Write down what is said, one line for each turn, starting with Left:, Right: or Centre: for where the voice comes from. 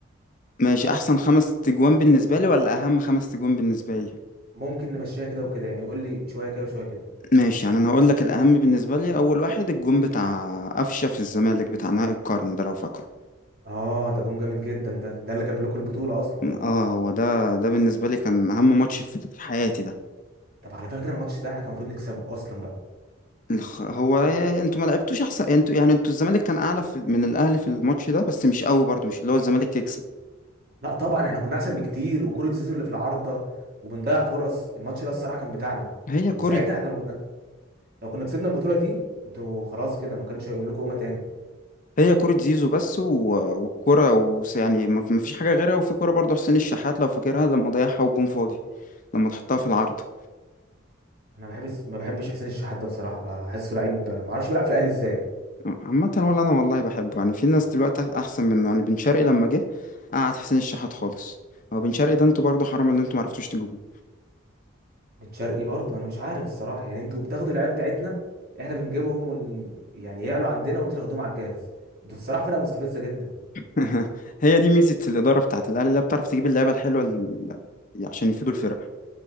Left: ماشي احسن خمس تجوان بالنسبة لي ولا اهم خمس تجوان بالنسبة لي
Right: ممكن نمشيها كده وكده يعني قول لي شوية كده وشوية كده
Left: ماشي يعني انا هقول لك الاهم بالنسبة لي اول واحد الجون بتاع قفشة في الزمالك بتاع نهائي القرن ده لو فاكره
Right: اه ده جون جامد جدا ده ده اللي جاب لكم البطولة اصلا
Left: اه هو ده ده بالنسبة لي كان اهم ماتش في حياتي ده
Right: طب على فكرة الماتش ده احنا كان المفروض نكسبه اصلا بقى
Left: الخ- هو انتوا ما لعبتوش احسن انتوا يعني انتوا الزمالك كان اعلى في من الاهلي في الماتش ده بس مش قوي برضو مش اللي هو الزمالك يكسب
Right: لا طبعا احنا كنا احسن بكتير وكرة زيزو اللي في العارضة وبنضيع فرص الماتش ده الصراحة كان بتاعنا
Left: هي كرة
Right: وساعتها احنا لو كنا لو كنا كسبنا البطولة دي انتوا خلاص كده ما كانش هيقوم لكم قومة تاني
Left: هي كرة زيزو بس و... والكرة و... يعني ما ما فيش حاجة غيرها وفي كرة برضو حسين الشحات لو فاكرها لما ضيعها والجون فاضي لما تحطها في العارضة
Right: انا ما بحبش ما بحبش حسين الشحات ده بصراحة بحسه لعيب ما اعرفش بيلعب في الاهلي ازاي
Left: عامة ولا انا والله بحبه يعني في ناس دلوقتي احسن منه يعني بن شرقي لما جه قعد حسين الشحات خالص هو بن شرقي ده انتوا برضو حرام اللي انتوا ما عرفتوش تجيبوه
Right: بن شرقي برضه انا مش عارف الصراحة يعني انتوا بتاخدوا اللعيبة بتاعتنا احنا بنجيبهم ون... يعني يعلوا عندنا وانتوا تاخدوهم على الجاهز انتوا بصراحة فرقة مستفزة جدا
Left: <laughs> هي دي ميزة الإدارة بتاعت الأهلي اللي هي بتعرف تجيب اللعيبة الحلوة ال- عشان يفيدوا الفرقة